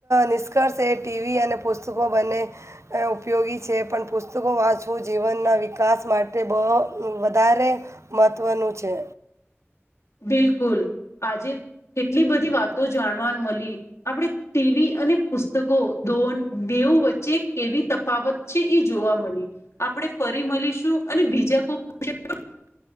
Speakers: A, on the right; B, on the left.
A: નિષ્કર્ષ એ ટીવી અને પુસ્તકો બંને. ઉપયોગી છે પણ પુસ્તકો વાંચો જીવનના વિકાસ માટે બહ વધારે મહત્ત્વનું છે.
B: બિલકુલ આજે કેટલી બધી વાતો જાણવા મળી. આપણે ટીવી અને પુસ્તકો દોન દેવ વચ્ચે કેવી તફાવત છે એ જોવા મળી આપણે ફરી મળીશું, અને બીજા કોઈ જરૂર